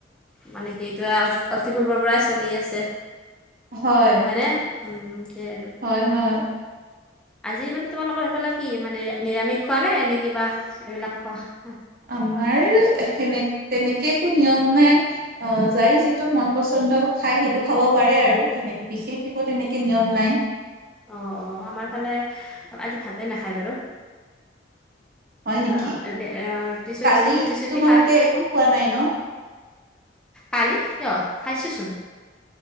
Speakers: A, in the centre; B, on the right.
A: মানে কি এইটো আও অতি পূৰ্বৰ পৰাই চলি আছে।
B: হয়
A: হয়নে উম তে আৰু
B: হয় হয়
A: আজি মানে তোমালোকৰ সেইফালে কি মানে নিৰামিষ খোৱা নে নে কিবা এইবিলাক খোৱা
B: আমাৰ সেনে তেনেকে একো নিয়ম নাই অ যাই যিটো মন পছন্দ খাই সেইটো খাব পাৰে আৰু সেনেকে বিশেষ একো তেনেকে নিয়ম নাই।
A: অ অ আমাৰ ফালে আজি ভাতে নাখায় বাৰু
B: হয় নেকি
A: অহ এ ৰুটি চু
B: কালি
A: ৰুটি চুটি
B: তোমালোকে
A: খাও
B: একো খোৱা নাই ন
A: কালি কিয় খাইছোচোন